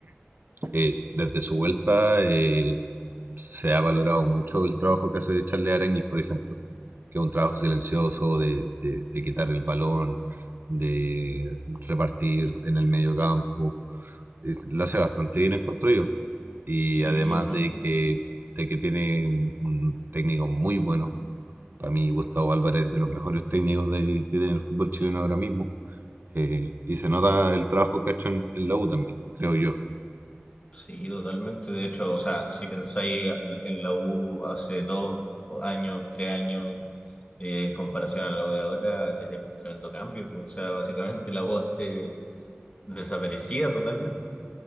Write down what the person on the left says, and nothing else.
Sí,
no,
sí, totalmente. De hecho, o sea, si pensáis en la U hace dos años, tres años, eh, en comparación a la U de ahora, es un tremendo cambio. O sea, básicamente la U antes desaparecía totalmente.